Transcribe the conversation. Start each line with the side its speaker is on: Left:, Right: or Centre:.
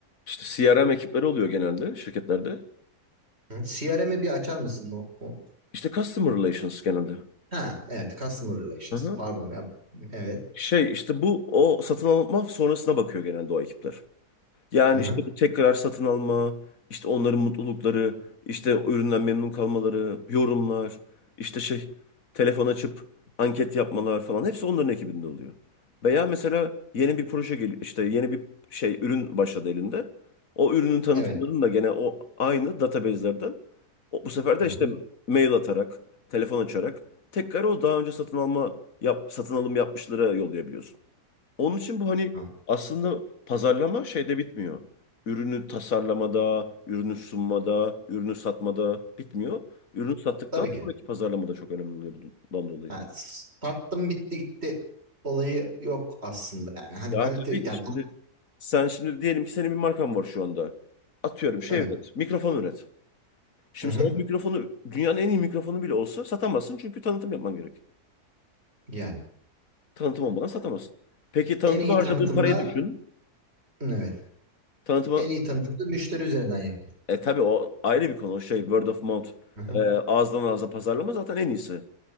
Left: İşte CRM ekipleri oluyor genelde şirketlerde.
Right: Hı? CRM'i bir açar mısın? O, o-
Left: İşte Customer Relations genelde.
Right: Ha, evet, Customer Relations.
Left: Aha.
Right: Pardon. yap- Evet.
Left: Şey işte bu o satın alma sonrasına bakıyor genelde o ekipler. Yani
Right: Hı hı.
Left: işte bu tekrar satın alma, işte onların mutlulukları, işte o üründen memnun kalmaları, yorumlar, işte şey telefon açıp anket yapmalar falan hepsi onların ekibinde oluyor. Veya mesela yeni bir proje geliyor, işte yeni bir şey ürün başladı elinde. O ürünün tanıtımlarını
Right: Evet.
Left: da gene o aynı database'lerden o, bu sefer de
Right: Hı
Left: işte
Right: hı.
Left: mail atarak, telefon açarak tekrar o daha önce satın alma yap, satın alım yapmışlara yollayabiliyorsun. Onun için bu hani
Right: Ha,
Left: aslında pazarlama şeyde bitmiyor. Ürünü tasarlamada, ürünü sunmada, ürünü satmada bitmiyor. Ürünü sattıktan
Right: Tabii ki.
Left: sonraki pazarlama da çok önemli oluyor bundan dolayı.
Right: Ha, sattım bitti gitti olayı yok aslında yani. Hani
Left: Ya
Right: kalite
Left: tabii
Right: yani
Left: ki şimdi sen şimdi diyelim ki senin bir markan var şu anda. Atıyorum şey
Right: evet.
Left: üret, mikrofon üret. Şimdi
Right: Hı hı.
Left: sen o mikrofonu dünyanın en iyi mikrofonu bile olsa satamazsın çünkü tanıtım yapman gerek.
Right: Yani
Left: Tanıtım olmadan satamazsın. Peki tanıtıma
Right: en iyi
Left: harcadığın
Right: tanıtımda
Left: parayı düşün.
Right: evet.
Left: Tanıtıma
Right: En iyi tanıtımda müşteri üzerinden yapılır.
Left: E tabii o ayrı bir konu. O şey word of mouth
Right: Hı hı.
Left: e, ağızdan ağza pazarlama zaten en iyisi.